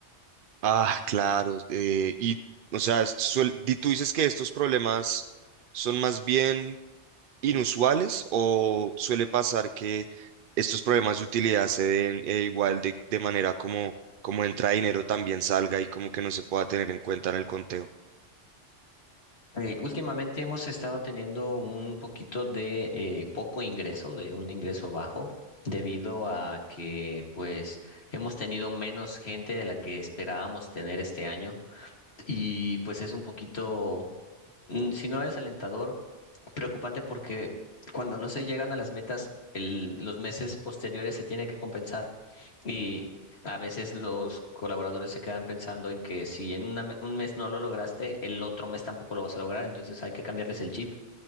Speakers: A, on the right; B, on the left.
A: Ah, claro. eh, y, o sea, suel- di- tú dices que estos problemas son más bien inusuales o suele pasar que estos problemas de utilidad se den eh, igual de, de manera como, como entra dinero también salga y como que no se pueda tener en cuenta en el conteo.
B: Eh, últimamente hemos estado teniendo un poquito de eh, poco ingreso, de un ingreso bajo, debido a que pues hemos tenido menos gente de la que esperábamos tener este año y pues es un poquito, mm, si no desalentador, preocupante porque cuando no se llegan a las metas, el- los meses posteriores se tiene que compensar. Y a veces los colaboradores se quedan pensando en que si en una me- un mes no lo lograste, el otro mes tampoco lo vas a lograr, entonces hay que cambiarles el chip